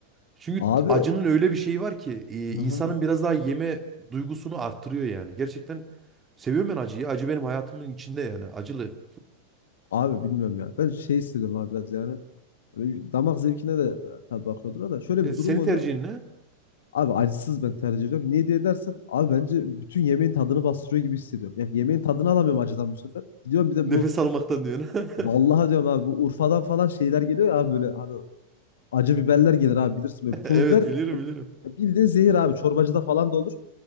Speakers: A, on the right; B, on the left.
A: Çünkü
B: Abi.
A: acının öyle bir şeyi var ki e, insanın
B: aha.
A: biraz daha yeme duygusunu arttırıyor yani. Gerçekten seviyorum ben acıyı. Acı benim hayatımın içinde yani acılı.
B: Abi bilmiyorum ya. Ben şey istedim abi biraz yani. Böyle Damak zevkine de tabii bakıyordur ama şöyle
A: E,
B: bir
A: senin
B: durum oluyor.
A: tercihin ne?
B: Abi acısız ben tercih ediyorum. Niye diye dersen abi bence bütün yemeğin tadını bastırıyor gibi hissediyorum. Yani yemeğin tadını alamıyorum acıdan bu sefer. Gidiyorum bir de
A: Nefes
B: bu
A: almaktan diyorsun. <laughs>
B: Vallahi diyorum abi bu Urfa'dan falan şeyler geliyor ya abi böyle hani acı biberler gelir abi bilirsin böyle pul
A: Evet
B: biber
A: bilirim
B: ya
A: bilirim.
B: ya bildiğin zehir abi çorbacıda falan da olur.